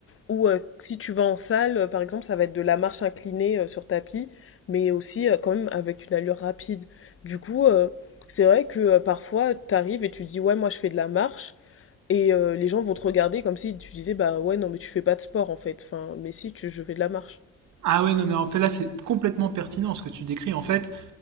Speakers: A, on the left (about 45°); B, on the right (about 75°).
A: ou euh, si tu vas en salle, euh, par exemple, ça va être de la marche inclinée euh, sur tapis, mais aussi euh, quand même avec une allure rapide. Du coup, euh, c'est vrai que euh, parfois, t'arrives et tu dis, ouais, moi je fais de la marche, et euh, les gens vont te regarder comme si tu disais, bah ouais, non, mais tu fais pas de sport en fait. Enfin, mais si, tu, je fais de la marche.
B: Ah ouais, non, mais en fait, là, c'est complètement pertinent ce que tu décris. En fait,